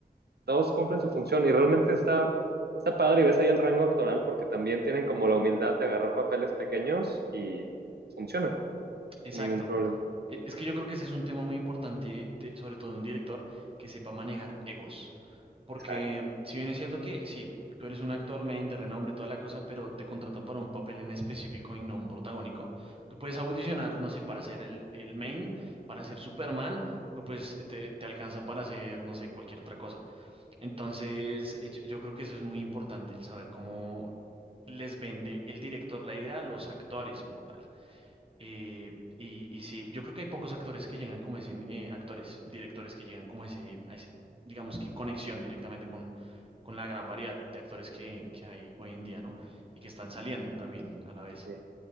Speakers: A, on the right; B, on the right.
A: todos cumplen su función y realmente está, está padre y ves ahí el rango actoral porque también tienen como la humildad de agarrar papeles pequeños y funciona
B: exacto.
A: sin ningún problema.
B: E- Es que yo creo que ese es un tema muy importante, de- sobre todo de un director que sepa manejar egos. Porque
A: Exacto.
B: si bien es cierto que sí, tú eres un actor men de renombre, toda la cosa, pero te contratan para un papel en específico y no un protagónico. Tú puedes audicionar, no sé, para ser el, el main, para ser Superman, pero pues te, te alcanza para hacer, no sé, cualquier otra cosa. Entonces, eh, yo, yo creo que eso es muy importante, el saber cómo les vende el director la idea a los actores como tal. Eh, y, y sí, yo creo que hay pocos actores que llegan como ese, eh, actores, directores que llegan como ese, a ese, digamos que conexión directamente con, con la gran variedad de actores que, que hay hoy en día, ¿no? Y que están saliendo también a la vez.
A: sí.